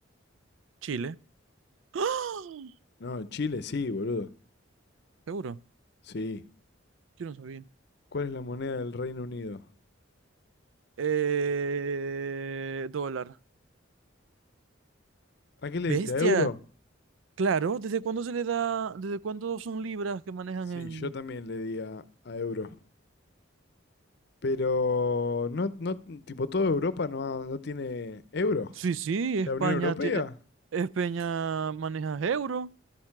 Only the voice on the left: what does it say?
No, Chile sí, boludo.
Sí.
¿Cuál es la moneda del Reino Unido?
¿A qué le
diste? ¿A euro?
Sí,
yo también le di a, a euro. Pero no, no, tipo, toda Europa no, no tiene euro.
La Unión Europea.